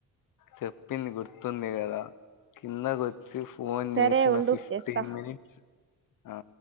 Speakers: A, on the left; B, on the right.
A: చెప్పింది గుర్తుంది గదా కిందకొచ్చి ఫోన్
B: సరే
A: చేసిన
B: ఉండు
A: ఫిఫ్టీన్
B: చేస్తా
A: మినిట్స్ ఆ